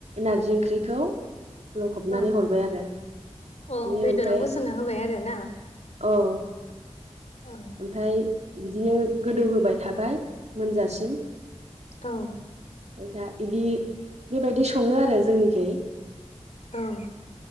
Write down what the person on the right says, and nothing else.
नारजि ओंख्रिखौ लखबनानै
हरबाय आरो बिदिनो
ओमफ्राय
औ
ओमफाय बिदिनो गोदौहोबाय थाबाय मोनजासिम
दा इदि बेबायदि सङो आरो जोंनिखै